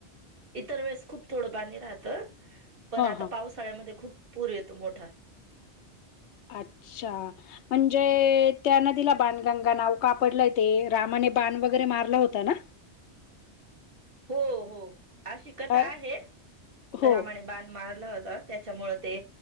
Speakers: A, on the right (about 55°); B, on the left (about 80°).
A: इतर वेळेस खूप थोड पाणी राहत पण
B: हां,
A: आता
B: हां.
A: पावसाळ्यामध्ये खूप पूर येतो मोठा.
B: अच्छा. म्हणजे त्यांना नदीला बाणगंगा नाव का पडलय ते रामाने बाण वगैरे मारला होता ना.
A: हो हो अशी कथा
B: अ
A: आहे
B: हो
A: रामाने बाण मारला होता. त्याच्यामुळे ते